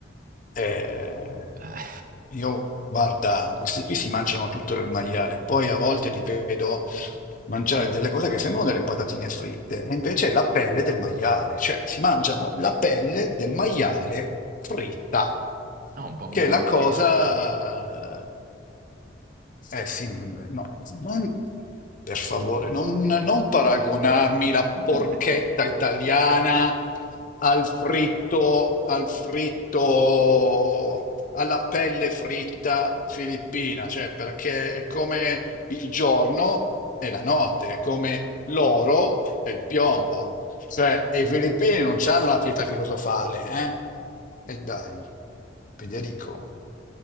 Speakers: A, on the left; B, on the right.
A: Eh,
B: eh,
A: io, guarda, questi qui si mangiano tutto il maiale, poi a volte li vedo mangiare delle cose che sembrano delle patatine fritte, e invece è la pelle del maiale, cioè si mangiano la pelle del maiale fritta,
B: <laughs> ah, un po' come
A: che
B: la
A: è la
B: porchetta.
A: cosa. Eh sì, mh, no, non- per favore, non, non paragonarmi la
B: <laughs>
A: porchetta italiana al fritto, al fritto, alla pelle fritta filippina, cioè perché è come il giorno e la notte, è come l'oro e il piombo. Cioè, e i filippini non hanno la pietà filosofale, eh? E dai, ve ne dico.